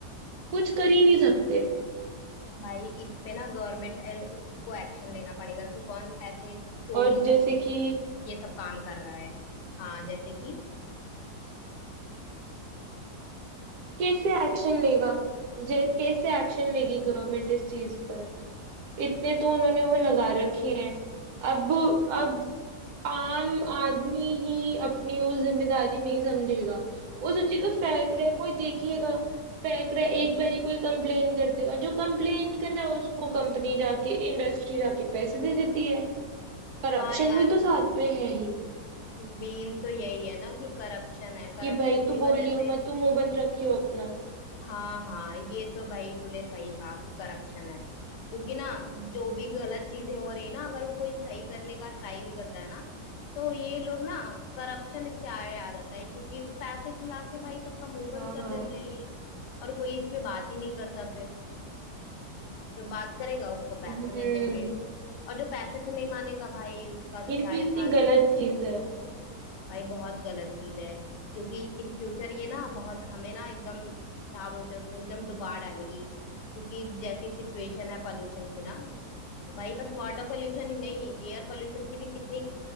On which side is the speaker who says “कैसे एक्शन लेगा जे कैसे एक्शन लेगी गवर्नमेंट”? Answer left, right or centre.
Right